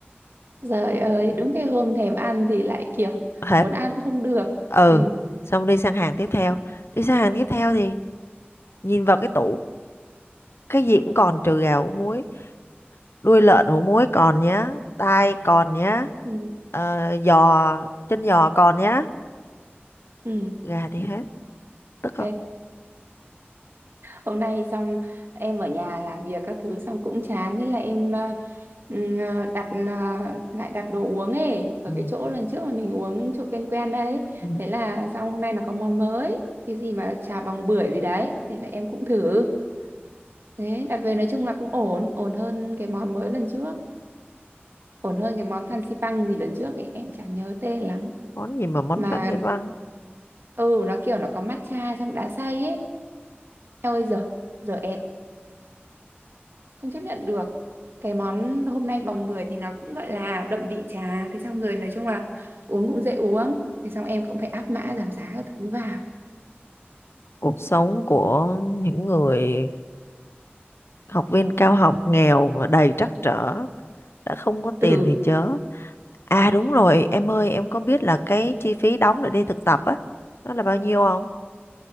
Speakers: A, on the right; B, on the left.
A: trời ơi đúng cái hôm thèm ăn thì lại kiểu
B: Hết.
A: muốn ăn cũng không được
B: Ừ.
A: ừ
B: Xong đi sang hàng tiếp theo. Đi sang hàng tiếp theo thì nhìn vào cái tủ. Cái gì cũng còn trừ gà ủ muối. Đuôi lợn ủ muối còn nhá. Tai còn nhá.
A: ừ
B: ờ, giò chân giò còn nhá
A: ừ
B: gà thì hết tức không
A: thế hôm nay xong em ở nhà làm việc các thứ xong cũng chán thế là em ờ, ừ, ờ, đặt ờ, lại đặt đồ uống ấy ở
B: ừ.
A: cái chỗ lần trước mà mình uống chỗ quen quen đấy
B: Ừ.
A: thế là xong hôm nay nó có món mới cái gì mà trà bòng bưởi gì đấy thế là em cũng thử Thế đặt về nói chung là cũng ổn, ổn hơn cái món mới lần trước, ổn hơn cái món fancy pang gì lần trước ấy, em chả nhớ tên lắm.
B: món gì mà món
A: Mà
B: Phan Xe băng
A: ừ nó kiểu nó có matcha trong đá xay ấy. Eo ơi giờ, giờ ẹt, không chấp nhận được. Cái món hôm nay bồng bưởi thì nó cũng gọi là đậm vị trà, thế xong rồi nói chung là uống cũng dễ uống, thế xong em cũng phải áp mã giảm giá các thứ vào.
B: cuộc sống của những người học viên cao học nghèo mà đầy trắc trở đã không có
A: Ừ.
B: tiền thì chớ à đúng rồi em ơi em có biết là cái chi phí đóng để đi thực tập á nó là bao nhiêu không